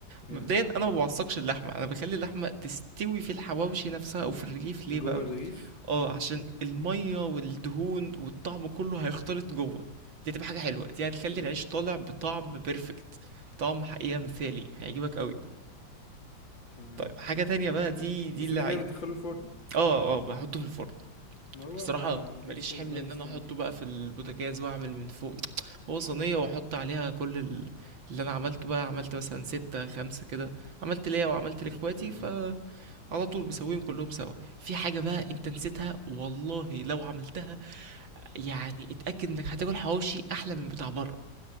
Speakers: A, on the left; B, on the right.
A: جامد
B: مبدئيا انا
A: حلو.
B: ما بعصقش اللحمة انا بخلي اللحمة تستوي في الحواوشي نفسها او في الرغيف ليه
A: جوه
B: بقى
A: الرغيف
B: اه عشان الميه
A: مم.
B: والدهون والطعم كله هيختلط جوه دي هتبقى حاجه حلوه دي هتخلي
A: مم.
B: العيش طالع بطعم بيرفكت طعم حقيقه مثالي هيعجبك قوي
A: تمام
B: طيب حاجه تانية بقى دي دي
A: بس
B: اللي
A: انت
B: عايز
A: كده بتدخله الفرن
B: اه اه بحطه في الفرن
A: ما هو
B: بصراحه
A: ما مفيش
B: ماليش
A: فرن
B: حمل
A: ماشي
B: ان انا
A: تمام
B: احطه بقى في البوتاجاز واعمل من فوق هو صينيه واحط عليها كل ال- اللي انا عملته بقى عملت مثلا ستة خمسة كده عملت ليا وعملت لاخواتي
A: تمام
B: فعلى طول بسويهم كلهم سوا في حاجه بقى انت نسيتها والله لو عملتها يعني اتأكد انك هتاكل حواوشي احلى من بتاع بره